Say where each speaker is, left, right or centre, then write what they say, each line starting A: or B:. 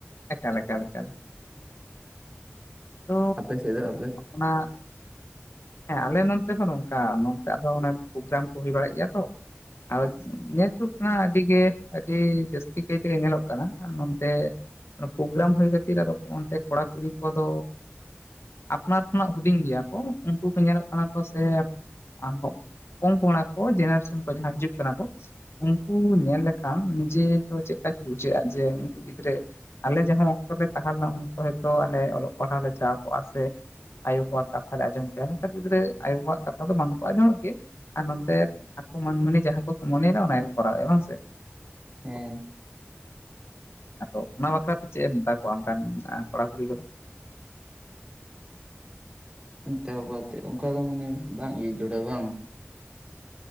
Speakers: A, on the left; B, on the right.
A: ᱮᱠᱟᱞ ᱮᱠᱟᱞ ᱮᱠᱟᱞ ᱛᱚ
B: ᱟᱯᱮ ᱥᱮᱫᱚᱜ ᱟᱯᱮ
A: ᱚᱱᱟ ᱦᱮᱸ ᱟᱞᱮ ᱱᱚᱱᱛᱮ ᱦᱚᱸ ᱱᱚᱝᱠᱟ ᱱᱚᱝᱠᱟ ᱫᱚ ᱚᱱᱮ ᱯᱨᱳᱜᱨᱟᱢ ᱠᱚ ᱦᱩᱭ ᱵᱟᱲᱟᱜ ᱜᱮᱭᱟ ᱛᱚ ᱟᱨ ᱧᱮᱞ ᱠᱟᱱᱟ ᱟᱹᱰᱤᱜᱮ ᱟᱹᱰᱤ ᱡᱟᱹᱥᱛᱤ ᱠᱟᱭ ᱛᱮᱜᱮ ᱧᱮᱞᱚᱜ ᱠᱟᱱᱟ ᱱᱚᱱᱛᱮ ᱯᱨᱳᱜᱨᱟᱢ ᱦᱩᱭ ᱠᱷᱟᱹᱛᱤᱨ ᱟᱫᱚ ᱚᱱᱛᱮ ᱠᱚᱲᱟ ᱠᱩᱲᱤ ᱠᱚᱫᱚ ᱟᱯᱱᱟᱨ ᱠᱷᱚᱱᱟᱜ ᱦᱩᱰᱤᱧ ᱜᱮᱭᱟ ᱠᱚ ᱩᱱᱠᱩ ᱠᱚ ᱧᱮᱞᱮᱫ ᱠᱟᱱᱟ ᱠᱚ ᱥᱮ ᱟᱱ ᱠᱚᱢ ᱠᱚᱸᱲᱟ ᱠᱚ ᱡᱮᱱᱟᱨᱮᱥᱮᱱ ᱠᱚ ᱡᱟᱦᱟᱸ ᱦᱤᱡᱩᱜ ᱠᱟᱱᱟ ᱠᱚ ᱩᱱᱠᱩ ᱧᱮᱞ ᱞᱮᱠᱷᱟᱱ ᱱᱤᱡᱮ ᱫᱚ ᱪᱮᱫᱟᱠ ᱵᱩᱡᱷᱟᱹᱜᱼᱟ ᱡᱮ ᱩᱱᱠᱩ ᱜᱤᱫᱽᱨᱟᱹ ᱟᱞᱮ ᱡᱟᱦᱟᱸ ᱚᱠᱛᱚ ᱞᱮ ᱛᱟᱦᱮᱸ ᱞᱮᱱᱟ ᱩᱱᱠᱛᱚ ᱦᱚᱭᱛᱚ ᱟᱞᱮ ᱚᱞᱚᱜ ᱯᱟᱲᱦᱟᱣ ᱞᱮ ᱪᱟᱞᱟᱜ ᱟᱵᱚᱣᱟᱜ ᱥᱮ ᱟᱭᱳ-ᱵᱟᱵᱟᱜ ᱠᱟᱛᱷᱟ ᱞᱮ ᱟᱡᱚᱢ ᱡᱟᱦᱟᱸ ᱱᱮᱛᱟᱨ ᱜᱤᱫᱽᱨᱟᱹ ᱟᱭᱳ-ᱵᱟᱵᱟᱜ ᱠᱟᱛᱷᱟ ᱫᱚ ᱵᱟᱝᱠᱚ ᱟᱸᱡᱚᱢ ᱜᱮ ᱟᱨ ᱱᱚᱱᱛᱮ ᱟᱠᱚ ᱢᱟᱹᱱᱢᱟᱹᱱᱤ ᱡᱟᱦᱟᱸ ᱠᱚᱠᱚ ᱢᱚᱱᱮ ᱚᱱᱟ ᱠᱚᱨᱟᱣᱮᱟ ᱵᱟᱝ ᱥᱮ?
B: ᱦᱮᱸ᱾
A: ᱟᱫᱚ ᱚᱱᱟ ᱵᱟᱠᱷᱨᱟᱛᱮ ᱪᱮᱫ ᱮᱢ ᱢᱮᱛᱟ ᱠᱚᱣᱟ ᱚᱱᱠᱟᱱ ᱢᱮᱱᱟᱜᱼᱟ? ᱠᱚᱟᱲ ᱠᱩᱲᱤ ᱠᱚᱫᱚ
B: ᱢᱮᱛᱟ ᱠᱚᱛᱮᱫ ᱚᱱᱠᱟ ᱫᱚ ᱢᱟᱱᱮ ᱵᱟᱝ ᱡᱚᱲᱽᱟᱣ ᱵᱟᱝ᱾